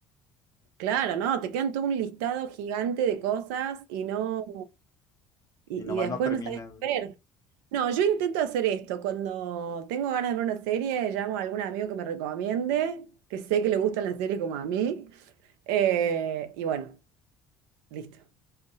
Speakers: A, on the right; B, on the left.
A: Claro, no, te quedan todo un listado gigante de cosas y no, y,
B: y nomás
A: y después
B: no terminan.
A: no sabes qué ver. No, yo intento hacer esto. Cuando tengo ganas de ver una serie, llamo a algún amigo que me recomiende, que sé que le gustan las series como a mí. eh, y bueno, listo.